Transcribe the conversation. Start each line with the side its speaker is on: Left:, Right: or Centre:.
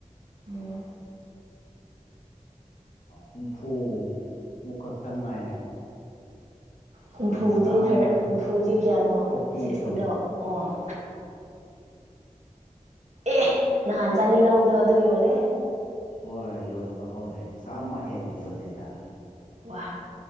Right: ꯎꯝ
Left: ꯍꯨꯝꯐꯨꯃꯨꯛ ꯈꯛꯇꯪ ꯉꯥꯏꯔꯦ
Right: ꯍꯨꯝꯐꯨꯕꯨꯗꯤ
Left: ꯑꯗꯨꯅ ꯆꯥꯝꯃ
Right: ꯊꯔꯦ ꯐꯨꯖꯤ ꯀꯌꯥꯅꯣ
Left: ꯐꯣꯔꯇꯤꯗꯣ
Right: ꯁꯤꯛꯁꯇꯤ ꯂꯥꯛꯑꯣ ꯑꯣ ꯑꯦ ꯅꯍꯥꯟ ꯆꯥꯅꯤ ꯂꯧꯗꯣ ꯑꯗꯨ ꯌꯣꯜꯂꯦ
Left: ꯍꯣꯏ ꯌꯣꯟꯕ ꯍꯧꯔꯦ ꯆꯥꯝꯃ ꯍꯦꯟꯅ ꯌꯣꯜꯂꯦꯗ
Right: ꯋꯥ